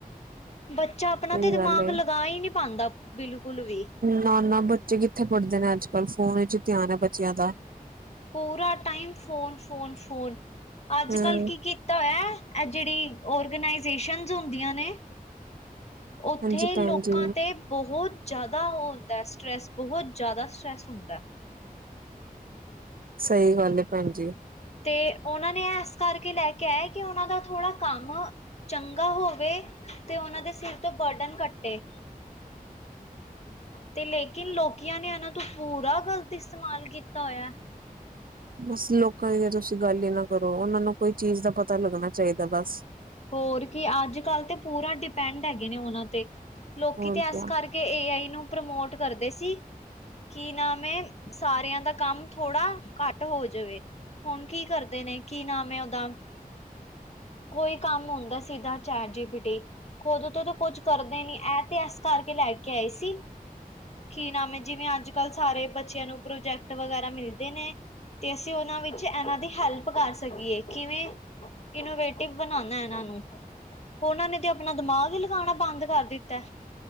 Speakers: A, on the left (about 45°); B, on the right (about 70°).
A: ਬੱਚਾ ਆਪਣਾ
B: ਸਹੀ
A: ਤੇ ਦਿਮਾਗ
B: ਗੱਲ ਏ
A: ਲਗਾ ਈ ਨੀ ਪਾਦਾ ਬਿਲਕੁਲ ਵੀ
B: ਨਾ-ਨਾ ਬੱਚੇ ਕਿੱਥੇ ਪੜ੍ਹਦੇ ਨੇ ਅੱਜ-ਕੱਲ੍ਹ ਫੋਨ ਵਿੱਚ ਧਿਆਨ ਐ ਬੱਚਿਆਂ ਦਾ
A: ਪੂਰਾ ਟਾਈਮ ਫੋਨ, ਫੋਨ, ਫੋਨ ਅੱਜ-ਕੱਲ੍ਹ
B: ਹਮ
A: ਕੀ ਕੀਤਾ ਹੋਇਆ ਜਿਹੜੀ ਔਰਗਨਾਈਜੇਸਨ ਹੁੰਦੀਆਂ ਨੇ ਉੱਥੇ
B: ਹਾਂਜੀ ਭੈਣ
A: ਲੋਕਾਂ
B: ਜੀ
A: ਤੇ ਬਹੁਤ ਜਿਆਦਾ ਉਹ ਹੁੰਦਾ ਸਟਰ੍ਰੈਸ ਬਹੁਤ ਜ਼ਿਆਦਾ ਸਟਰ੍ਰੈਸ ਹੁੰਦਾ।
B: ਸਹੀ ਗੱਲ ਏ ਭੈਣ ਜੀ।
A: ਤੇ ਉਹਨਾਂ ਨੇ ਇਸ ਕਰਕੇ ਲੈ ਕੇ ਆਇਆ ਕਿ ਉਹਨਾਂ ਦਾ ਥੋੜਾ ਕੰਮ ਚੰਗਾ ਹੋਵੇ, ਤੇ ਉਹਨਾਂ ਦੇ ਸਿਰ ਤੋਂ ਬਰਡਨ ਕੱਟੇ। ਤੇ ਲੇਕਿਨ ਲੋਕੀਆਂ ਨੇ ਇਹਨਾਂ ਤੋਂ ਪੂਰਾ ਗ਼ਲਤ ਇਸਤੇਮਾਲ ਕੀਤਾ ਹੋਇਆ।
B: ਬੱਸ ਲੋਕਾਂ ਦੀ ਤਾ ਤੁਸੀਂ ਗੱਲ ਈ ਨਾ ਕਰੋ ਉਹਨਾਂ ਨੂੰ ਕੋਈ ਚੀਜ਼ ਦਾ ਪਤਾ ਲੱਗਣਾ ਚਾਹੀਦਾ ਬੱਸ
A: ਹੋਰ ਕੀ ਅੱਜ ਕੱਲ ਤੇ ਪੂਰਾ ਡਿਪੈਂਡ ਹੈਗੇ ਨੇ, ਉਹਨਾਂ ਤੇ ਲੋਕੀ
B: ਹੋਰ
A: ਤੇ ਇਸ
B: ਕਿਆ
A: ਕਰਕੇ ਕੇ ਏ ਆਈ ਨੂੰ ਪ੍ਰਮੋਟ ਕਰਦੇ ਸੀ। ਕੀ ਨਾਮ ਏ, ਸਾਰਿਆਂ ਦਾ ਕੰਮ ਥੋੜ੍ਹਾ ਘੱਟ ਹੋ ਜਾਵੇ। ਹੁਣ ਕੀ ਕਰਦੇ ਨੇ ਕੀ ਨਾਮ ਐ ਉਹਦਾ ਕੋਈ ਕੰਮ ਹੁੰਦਾ ਸਿੱਧਾ ਚੈਟ ਜੀ ਪੀਟੀ। ਖੁਦ ਤੋਂ ਤਾਂ ਕੁੱਝ ਕਰਦੇ ਨੀ ਇਹ ਤੇ ਅ ਕਰਕੇ ਲੈ ਕੇ ਆਏ ਸੀ। ਕੀ ਨਾਮ ਐ ਜਿਵੇਂ ਅੱਜ-ਕੱਲ੍ਹ ਸਾਰੇ ਬੱਚਿਆਂ ਨੂੰ ਪ੍ਰੋਜੈਕਟ ਵਗੈਰਾ ਮਿਲਦੇ ਨੇ। ਤੇ ਅਸੀਂ ਉਹਨਾਂ ਵਿੱਚ ਇਹਨਾਂ ਦੀ ਹੈਲਪ ਕਰ ਸਕੀਏ ਕਿਵੇਂ ਇਨੋਵੇ ਟਿਵ ਬਣਾਣਾ ਇਹਨਾਂ ਨੂੰ, ਉਹਨਾਂ ਨੇ ਤੇ ਆਪਣਾ ਦਿਮਾਗ ਲਗਾਣਾ ਬੰਦ ਕਰ ਦਿੱਤਾ।